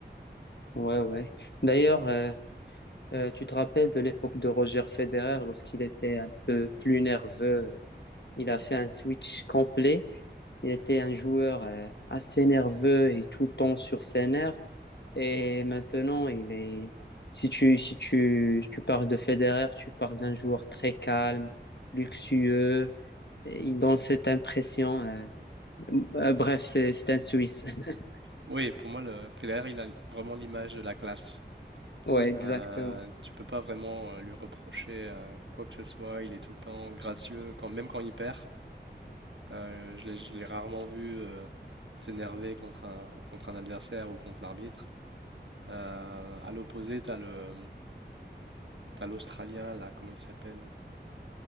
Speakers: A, on the left; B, on the right.
A: Ouais, ouais. D'ailleurs, euh, euh, tu te rappelles de l'époque de Roger Federer lorsqu'il était un peu plus nerveux. euh, Il a fait un switch complet. Il était un joueur euh, assez nerveux et tout le temps sur ses nerfs. Et maintenant, il est. Si tu, si tu, tu parles de Federer, tu parles d'un joueur très calme, luxueux. Et il donne cette impression. euh, Euh, Bref, c'est c'est un Suisse. <laughs>
B: Oui, pour moi, le Federer, il a vraiment l'image de la classe.
A: Ouais, exactement.
B: Euh, tu peux pas vraiment euh, lui reprocher euh, quoi que ce soit. Il est tout le temps gracieux, quand, même quand il perd. Euh, je l'ai, je l'ai rarement vu euh, s'énerver contre un, contre un adversaire ou contre l'arbitre. Euh, à l'opposé, t'as le, t'as l'Australien, là, comment il s'appelle?